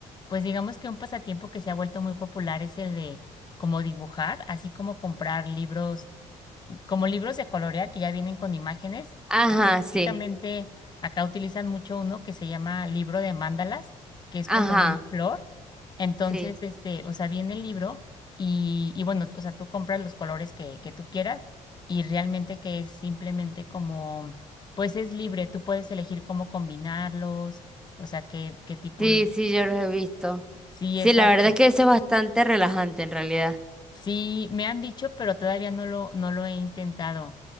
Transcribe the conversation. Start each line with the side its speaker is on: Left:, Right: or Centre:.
Left: pues digamos que un pasatiempo que se ha vuelto muy popular es el de como dibujar, así como comprar libros como libros de colorear que ya vienen con imágenes.
Centre: Ajá,
Left: Específicamente
Centre: sí,
Left: acá utilizan mucho uno que se llama libro de mandalas, que es
Centre: ajá,
Left: como una flor. Entonces,
Centre: sí,
Left: este, o sea, viene el libro y, y bueno, o sea, tú compras los colores que, que tú quieras y realmente que es simplemente como, pues es libre, tú puedes elegir cómo combinarlos, o sea, qué, qué tipo
Centre: sí,
Left: de...
Centre: sí, yo los he visto.
Left: Sí,
Centre: Sí,
Left: exacto.
Centre: la verdad es que eso es bastante relajante en realidad.
Left: Sí, me han dicho, pero todavía no lo, no lo he intentado.